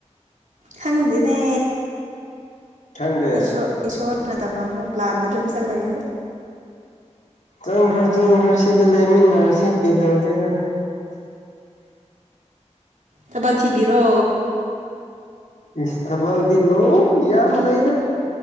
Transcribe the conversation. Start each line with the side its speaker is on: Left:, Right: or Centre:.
Right: ꯈꯪꯗꯦꯅꯦ꯫
Left: ꯈꯪꯗꯦ
Right: ꯏꯁꯣ ꯏꯁꯣꯔꯅ ꯇꯝꯅꯕ ꯄ꯭ꯂꯥꯟꯗ ꯑꯗꯨꯝ ꯆꯠꯂꯒꯦ꯫
Left: ꯆꯪꯈ꯭ꯔꯣ ꯆꯪꯈ꯭ꯔꯣ ꯁꯤꯗ ꯂꯩꯃꯤꯟꯅꯔꯁꯤ ꯀꯩꯗꯧꯗꯣꯏꯅꯣ꯫
Right: ꯊꯕꯛ ꯊꯤꯕꯤꯔꯣ꯫
Left: ꯏꯁ ꯊꯕꯛꯗꯤ ꯂꯣꯏ ꯌꯥꯝ ꯂꯩꯗ